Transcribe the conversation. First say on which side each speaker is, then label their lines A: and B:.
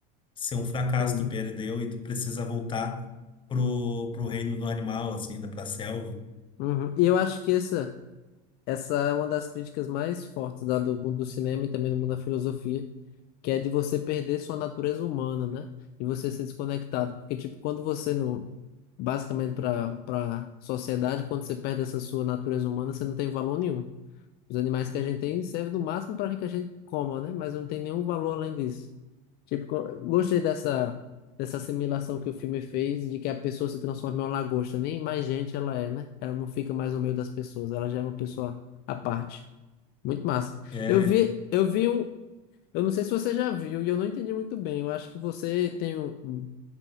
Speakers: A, on the left (about 25°); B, on the left (about 50°).
A: ser um fracasso,
B: Também.
A: tu perdeu e tu precisa voltar pro, pro reino do animal, assim, da- pra selva.
B: Uhum. E eu acho que essa Essa é uma das críticas mais fortes da, do mundo do cinema e também do mundo da filosofia, que é de você perder sua natureza humana, né? E você ser desconectado. Porque, tipo, quando você não. Basicamente, para para sociedade, quando você perde essa sua natureza humana, você não tem valor nenhum. Os animais que a gente tem servem no máximo para que a gente coma, né? Mas não tem nenhum valor além disso. Tipo, co- gostei dessa, dessa assimilação que o filme fez de que a pessoa se transforma em uma lagosta. Nem mais gente ela é, né? Ela não fica mais no meio das pessoas, ela já é uma pessoa à parte. Muito massa.
A: É,
B: Eu vi, eu vi um. Eu não sei se você já viu e eu não entendi muito bem. Eu acho que você tem um, um